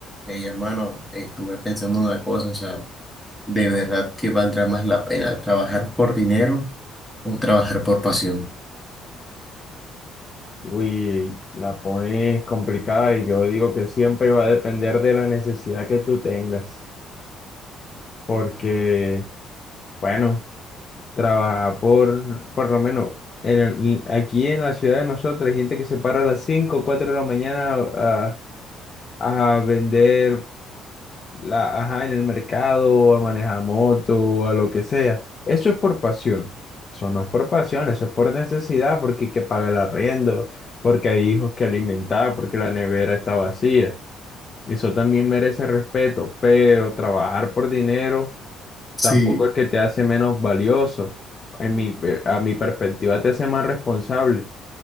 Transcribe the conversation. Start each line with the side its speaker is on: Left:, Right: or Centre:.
Centre: Hey, hermano, estuve pensando en una cosa, o sea, ¿de verdad que valdrá más la pena trabajar por dinero o trabajar por pasión?
Left: Uy, la pones complicada y yo digo que siempre va a depender de la necesidad que tú tengas, porque, bueno, trabajar por, por lo menos, en el- aquí en la ciudad de nosotros hay gente que se para a las cinco o 4 de la mañana a, a vender la, ajá, en el mercado, a manejar moto, a lo que sea. Eso es por pasión. Eso no es por pasión, eso es por necesidad, porque hay que pagar el arriendo, porque hay hijos que alimentar, porque la nevera está vacía. Eso también merece respeto, pero trabajar por dinero
Centre: Sí,
Left: tampoco es que te hace menos valioso. En mi, pe- a mi perspectiva te hace más responsable.